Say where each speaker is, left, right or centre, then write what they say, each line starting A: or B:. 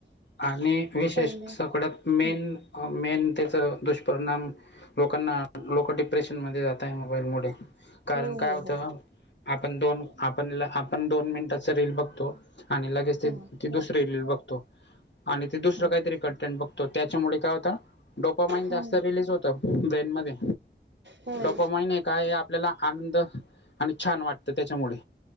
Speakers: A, on the left; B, on the right.
A: आणि विशेष
B: पहिले
A: सगळ्यात मेन
B: हम्म
A: मेन त्याच दुष्परिणाम लोकांना लोक डिप्रेशन मध्ये जात आहे मोबाईलमुळे कारण
B: हो
A: काय
B: हो
A: होतं
B: हो
A: आपण दोन आपणला आपण दोन मिनिटाच रीलील बघतो आणि लगेच
B: हा
A: ते ती दुसरी बघतो आणि ते दुसरं
B: हा
A: काहीतरी कंटेंट बघतो त्याच्यामुळे काय होता डोकं माईन्ड
B: हा
A: जास्त रिलीज होतं ब्रेन मध्ये
B: होय
A: ोपा म्हणे काय आपल्याला आनंद आणि छान वाटत तर त्याच्यामुळे